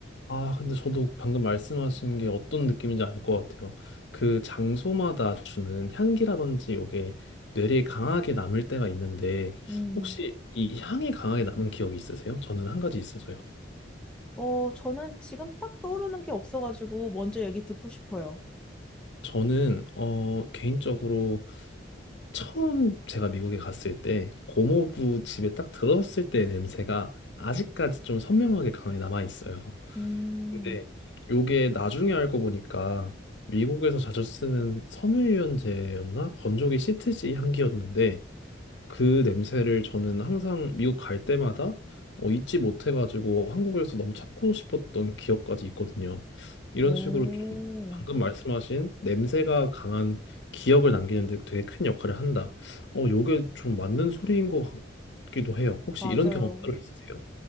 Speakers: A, on the left; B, in the centre.
A: 아, 근데 저도 방금 말씀하신 게 어떤 느낌인지 알 것 같아요. 그 장소마다 주는 향기라든지 요게 뇌리에 강하게 남을 때가 있는데,
B: 음.
A: 혹시 이 향이 강하게 남은 기억이 있으세요? 저는 한 가지 있어서요.
B: 어, 저는 지금 딱 떠오르는 게 없어가지고 먼저 얘기 듣고 싶어요.
A: 저는, 어, 개인적으로 처음 제가 미국에 갔을 때, 고모부 집에 딱 들어섰을 때의 냄새가 아직까지 좀 선명하게 강하게 남아 있어요.
B: 음,
A: 근데 요게 나중에 알고 보니까 미국에서 자주 쓰는 섬유유연제였나? 건조기 시트지 향기였는데 그 냄새를 저는 항상 미국 갈 때마다 어, 잊지 못해가지고 한국에서 너무 찾고 싶었던 기억까지 있거든요. 이런
B: 오,
A: 식으로 좀 방금 말씀하신 냄새가 강한 기억을 남기는데 되게 큰 역할을 한다. 어, 요게 좀 맞는 소리인 것 같기도 해요. 혹시
B: 맞아요.
A: 이런 경험 따로 있으세요?